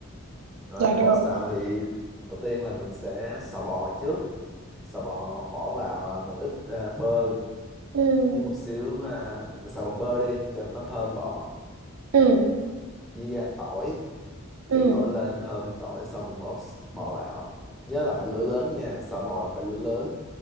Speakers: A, in the centre; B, on the right (about 85°).
A: rồi
B: Dạ được.
A: bò xào thì đầu tiên là mình sẽ xào bò trước xào bò bỏ vào à, một ít à, bơ
B: Ừ,
A: với một xíu à, mình xào bằng bơ đi cho nó thơm bò
B: ừ,
A: với à, tỏi
B: ừ,
A: phi tỏi lên thơm tỏi xong mình bỏ s- bò vào nhớ là phải lửa lớn nha xào bò là phải lửa lớn